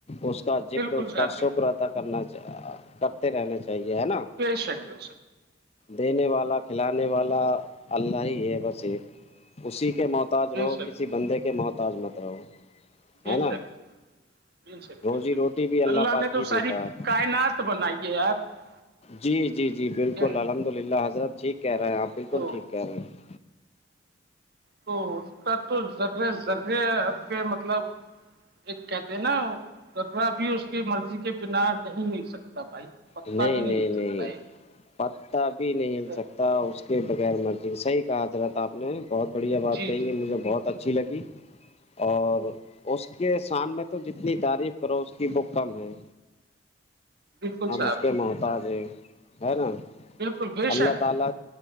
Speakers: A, on the left; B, on the right.
A: اس کا ذکر
B: بالکل
A: اس
B: صاحب
A: کا
B: بالکل
A: شکر کرنا کرتے رہنا چاہیے ہے نا
B: کر شک دو
A: دینے والا کھلانے والا اللہ ہی ہے بس ایک اسی کے موت محتاج
B: بے
A: رہو
B: شک
A: کسی بندے کے محتاج مت رہو
B: بے
A: ہے نا
B: شک بے شک
A: روزی
B: بے شک
A: روٹی بھی اللہ پاک
B: نے تو
A: ہی
B: ساری
A: دیتا ہے
B: کائنات بنائی ہے یار ٹھیک
A: جی جی جی بالکل
B: ہے
A: الحمد للہ حضرت ٹھیک کہہ رہے ہیں آپ بالکل
B: تو
A: ٹھیک کہہ رہے ہیں
B: تو اس کا تو ذرہ ذرے اب پہ مطلب ایک کہتے ہیں نا دررہ بھی اس کی مرضی کے بنا نہیں مل سکتا بھائی پتا
A: نہیں
B: بھی
A: نہیں
B: مل
A: نہیں
B: سکتا ایک
A: پتا بھی نہیں مل
B: ٹھیک ہے؟
A: سکتا اس کے بغیر مرضی صحیح کہ حضرت آپ نے بہت بڑھیا بات
B: جی
A: کہی
B: جی
A: ہے مجھے بہت اچھی لگی اور اس کے سام میں تو جتنی تعریف کرو اس کی بک کم ہے
B: بالکل
A: ہم
B: صاحب
A: اس کے محتاجیں ہے نا
B: بالکل بے
A: اللہ
B: شک
A: تعالی